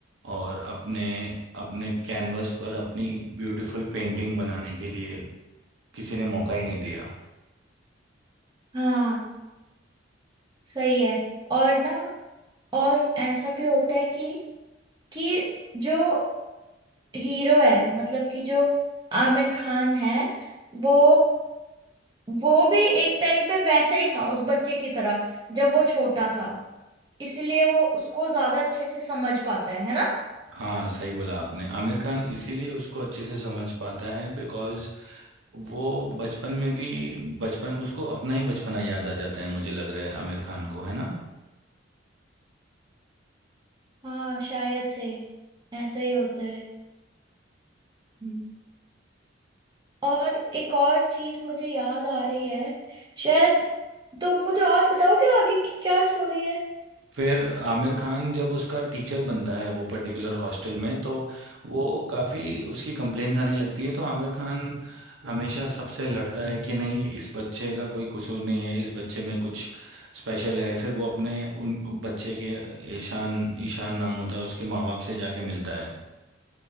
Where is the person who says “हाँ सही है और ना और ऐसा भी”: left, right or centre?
Right